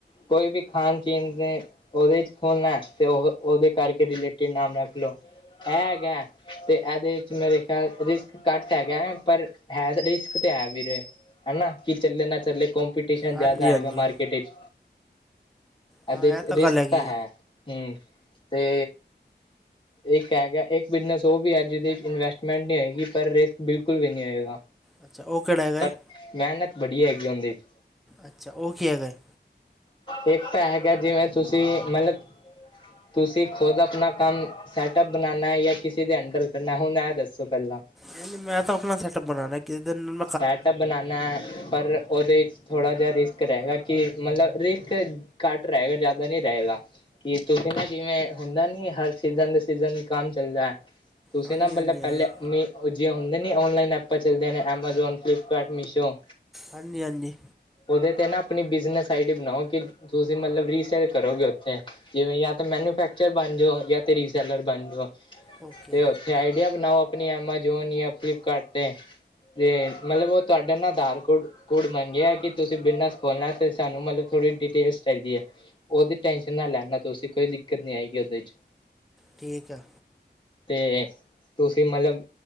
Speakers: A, on the left (about 25°); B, in the centre.
A: ਕੋਈ ਵੀ ਖਾਣ-ਪੀਣ ਦੇ ਉਹਦੇ ਚ ਖੋਲਣਾ ਤੇ ਉ ਉਹਦੇ ਕਰਕੇ ਰਿਲੇਟਿਢ ਨਾਮ ਰੱਖ ਲਓ। ਇਹ ਹੈਗਾ ਤੇ ਇਹਦੇ ਚ ਮੇਰੇ ਖਿਆਲ ਰਿਸ ਘੱਟ ਹੈਗਾ ਪਰ ਹੈ ਤਾਂ ਰਿਸਕ ਤੇ ਹੈ ਵੀਰੇ ਹੈਨਾ ਕਿ ਚੱਲੇ ਨਾ ਚੱਲੇ ਕੰਪਿ ਟਿਸ਼ਨ ਜ਼ਿਆਦਾ
B: ਹਾਂਜੀ
A: ਹੈਗਾ
B: ਹਾਂਜੀ
A: ਮਾਰਕੀਟ ਚ, ਇਹਦੇ
B: ਹਾਂ
A: ਚ
B: ਇਹ
A: ਰਿਸਕ
B: ਗੱਲ ਹੈਗੀ
A: ਤਾਂ ਹੈ। ਹੂੰ ਤੇ ਇੱਕ ਹੈਗਾ ਇੱਕ ਬਿਜਨਸ ਉ ਵੀ ਹੈ ਜਿਹਦੇ ਚ ਇਨਵੈਸਟਮੈਂਟ ਨਹੀਂ ਹੈਗੀ। ਪਰ ਰਿਸਕ ਬਿਲਕੁਲ ਵੀ ਨਹੀਂ ਹੋਏਗਾ।
B: ਅੱਛਾ, ਉਹ ਕਿਹੜਾ?
A: ਪਰ
B: ਹੈ
A: ਮੇਹਨਤ ਬੜੀ ਹੈਗੀ ਉਨਦੇ ਚ।
B: ਅੱਛਾ ਉਹ ਕੀ ਹੈਗਾ ਹੈ
A: ਇੱਕ ਐਪ ਹੈਗਾ, ਜਿਵੇਂ ਤੁਸੀਂ ਮਤਲਬ ਤੁਸੀਂ ਖੁਦ ਆਪਣਾ ਕੰਮ ਸੈਟਅਪ ਬਨਾਨਾ ਏ ਜਾਂ ਕਿਸੇ ਦੇ ਅੰਡਰ ਕਰਨਾ ਹੁਣ ਇਹ ਦੱਸੋ ਪਹਿਲਾਂ?
B: ਨਹੀਂ-ਨਹੀਂ, ਮੈਂ ਤਾਂ ਆਪਣਾ ਸੈਟਪ ਬਣਾਣਾ। ਕਿਦਰ ਨੂੰ?
A: ਸੈਟਪ ਬਨਾਨਾ, ਪਰ ਉਹਦੇ ਚ ਥੋੜਾ ਜਿਹਾ ਰਿਸਕ ਰਹੇਗਾ ਕਿ ਮਤਲਬ ਰਿਸਕ ਘੱਟ ਰਹੇਗਾ ਜ਼ਿਆਦਾ ਨਹੀਂ ਰਹੇਗਾ। ਕੀ ਤੁਸੀਂ ਨਾ ਜਿਵੇਂ ਹੁੰਦਾ ਨੀ ਹਰ ਸੀਜ਼ਨ ਦੇ ਸੀਜ਼ਨ ਕੰਮ ਚੱਲਦਾ। ਤੁਸੀਂ
B: ਹਾਂਜੀ
A: ਨਾ ਮਤਲਬ
B: ਹਾਂਜੀ ਹਾਂਜੀ
A: ਪਹਿਲੇ ਮ ਜਿਹੀ ਹੁੰਦੇ ਨੀ ਔਨਲਾਈਨ ਐਪਾਂ ਚੱਲਦੇਆਂ ਨੇ। ਐਮਾਜ਼ੋਨ, ਫਲਲੀਪਕਾਰਟ, ਮੀਸ਼ੋ।
B: ਹਾਂਜੀ ਹਾਂਜੀ
A: ਉਹਦੇ ਤੇ ਨਾ ਆਪਣੀ ਬਿਜਨਸ ਆਈਡੀ ਬਣਾਓ ਕਿ ਤੁਸੀਂ ਮਤਲਬ ਰੀਸੇਲ ਕਰੋਗੇ ਉੱਥੇ ਜਿਵੇਂ ਜਾਂ ਤਾਂ ਮੈਨੂਫੈਕਚਰ ਬਣ ਜਾਓ ਜਾਂ ਤਾਂ ਰੀਸੇਲਰ ਬਣ ਜਾਓ।
B: ਓਕੇ
A: ਤੇ ਉੱਥੇ ਆਈਡੀਆ ਬਣਾਓ ਆਪਣੀ ਐਮਾਜੋਨ ਜਾਂ ਫਲਿਪਕਾਰਟ ਤੇ। ਤੇ ਮਤਲਬ ਉਹ ਤੁਹਾਡੇ ਨਾ ਅਧਾਰਕੋਟ ਕੋਡ ਮੰਗਿਆ ਕਿ ਤੁਸੀਂ ਬਿਜਨਸ ਖੋਲਣਾ ਤੇ ਸਾਨੂੰ ਮਤਲਬ ਥੋੜ੍ਹੀ ਡਿਟੇਲਸ ਚਾਹੀਦੀ ਏ। ਉਦੀ ਟੈਨਸ਼ਨ ਨਾ ਲੈਣਾ ਤੁਸੀਂ ਕੋਈ ਦਿੱਕਤ ਨੀ ਆਏਗੀ ਉਹਦੇ ਚ।
B: ਠੀਕ ਆ।
A: ਤੇ ਤੁਸੀਂ ਮਤਲਬ